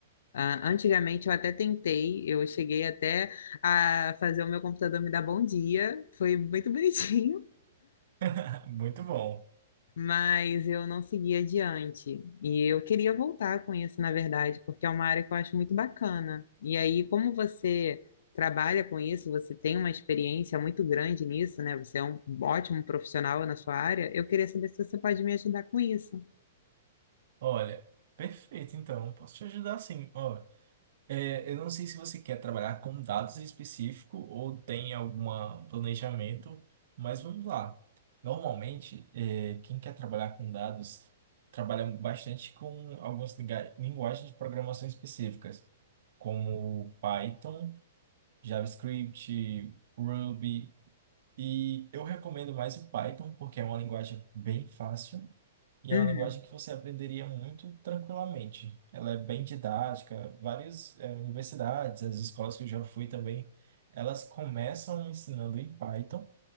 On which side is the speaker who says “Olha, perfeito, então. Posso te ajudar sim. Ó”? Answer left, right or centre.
Right